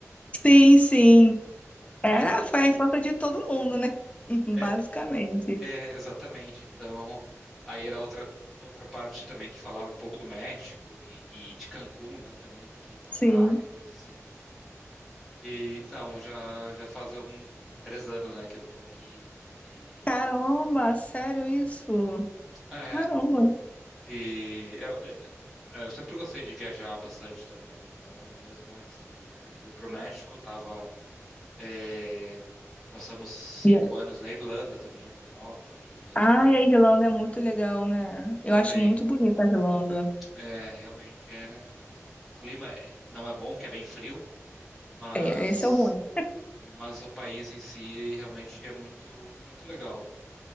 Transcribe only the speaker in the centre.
E-
é,
É, exatamente. Então, aí era outra, outra parte também que falava um pouco do México e, e de Cancún, né, também, que iam pra
praia, coisa assim. E então, já, já faz um, um- três anos, né, que eu tô aqui e...
É,
e eu, é, eu sempre gostei de viajar bastante também, né, então mesmo antes de, antes de ir pro México, tava... é, passamos cinco
anos na Irlanda também, na Europa, e aí
agora
também...
É, realmente é. O o clima é- não é bom porque é bem frio, mas
mas o país em si realmente é muito muito legal.